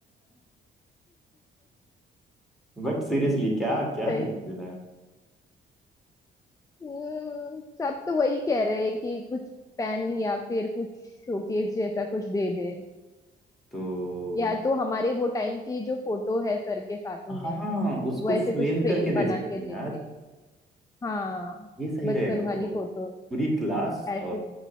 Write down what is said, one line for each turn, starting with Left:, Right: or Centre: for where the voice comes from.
Centre: बट सीरियसली क्या क्या
Left: सही
Centre: गिफ्ट देना है
Left: हम्म, सब तो वही कह रहे हैं कि कुछ पेन या फिर कुछ शोकेस जैसा कुछ दे दे
Centre: तो
Left: या तो हमारे वो टाइम की जो फोटो है सर के साथ में
Centre: हाँ उसको
Left: वो ऐसे
Centre: फ्रेम
Left: कुछ फ्रेम
Centre: करके दे
Left: बना
Centre: सकते
Left: के
Centre: हैं
Left: देते
Centre: यार
Left: हाँ
Centre: ये सही
Left: बचपन
Centre: रहेगा ओ,
Left: वाली
Centre: पूरी
Left: फोटो
Centre: क्लास
Left: ऐसे
Centre: और